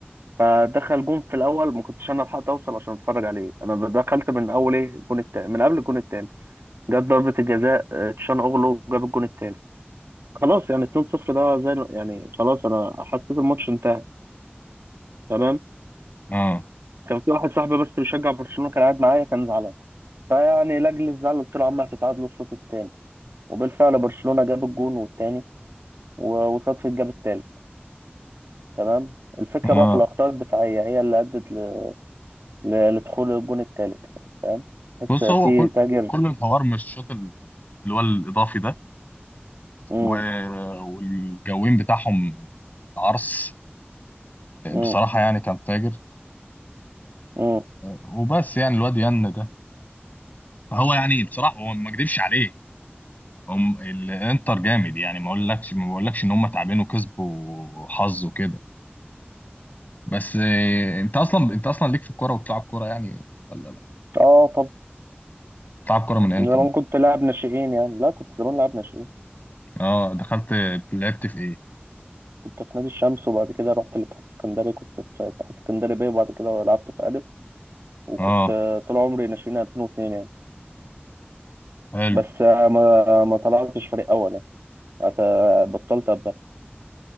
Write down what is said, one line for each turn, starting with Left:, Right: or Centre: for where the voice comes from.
Right: فدخل جون في الاول ما كنتش انا لحقت اوصل عشان اتفرج عليه انا دخلت من اول ايه الجون التاني من قبل الجون التاني جت ضربه الجزاء آه، تشان اوغلو جاب الجون التاني خلاص يعني 2-0 ده زي يعني خلاص انا حسيت الماتش انتهى تمام
Left: اه
Right: كان في واحد صاحبي بس بيشجع برشلونه كان قاعد معايا كان زعلان فيعني لاجل الزعل قلت له يا عم هتتعادلوا الشوط التاني وبالفعل برشلونة جاب الجون والتاني و- وصدفة جاب التالت تمام الفكرة
Left: اه
Right: بقى في الأخطاء الدفاعية هي اللي أدت ل... ل... لدخول الجون التالت يعني فاهم تحس
Left: بص
Right: في
Left: هو كل
Right: تاجر
Left: كل الحوار مش الشوط ال- اللي هو الاضافي ده
Right: مم.
Left: و... والجوين بتاعهم العرس
Right: مم.
Left: بصراحة يعني كان فاجر
Right: مم.
Left: وبس يعني الواد ين ده هو يعني بصراحة هو ما اكدبش عليه هم الانتر جامد يعني ما اقولكش ما بقولكش ان هم تعبانين وكسبوا حظ وكده بس آه، انت اصلا انت اصلا ليك في الكوره وبتلعب كوره يعني ولا لا
Right: اه طب
Left: بتلعب كوره من امتى
Right: زمان
Left: مثلا؟
Right: كنت لاعب ناشئين يعني لا كنت زمان لاعب ناشئين
Left: اه دخلت لعبت في ايه
Right: كنت في نادي الشمس وبعد كده رحت لاتحاد اسكندري كنت في اتحاد اسكندري بيه وبعد كده لعبت في ألف وكنت
Left: اه
Right: آه، طول عمري ناشئين 2002 يعني
Left: حلو
Right: بس آه، ما ما طلعتش فريق أول يعني أت- بطلت أبقى